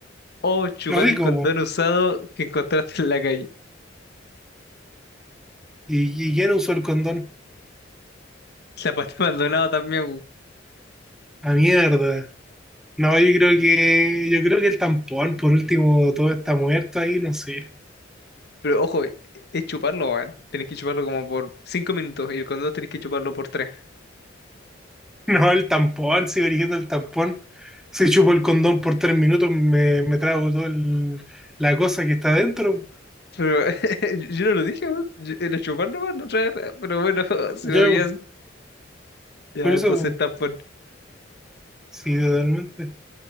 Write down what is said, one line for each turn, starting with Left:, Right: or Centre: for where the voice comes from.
Left: O chupar
Centre: rico,
Left: un condón
Centre: po,
Left: usado que encontraste en la calle.
Centre: y, y ya no usó el condón.
Left: La Pati Maldonado también, weón.
Centre: A mierda. No, yo creo que, yo creo que el tampón, por último, todo está muerto ahí, no sé.
Left: Pero ojo, e- es chuparlo, weón. Tenés que chuparlo como por cinco minutos y el condón tenés que chuparlo por tres.
Centre: <laughs> No, el tampón, sigo eligiendo el tampón. Si chupo el condón por tres minutos, me, me trago toda la cosa que está adentro.
Left: Pero <laughs> yo no lo dije, weón. Yo- Era chuparlo, weón, no traer. Pero bueno, <laughs> si
Centre: Yo,
Left: lo veías. Ya,
Centre: por eso,
Left: entonces
Centre: po.
Left: tampón.
Centre: sí, totalmente.